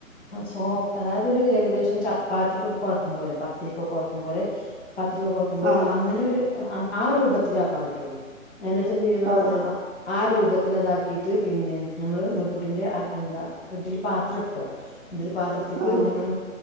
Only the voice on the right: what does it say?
ആഹ്
അതെ
ആഹ്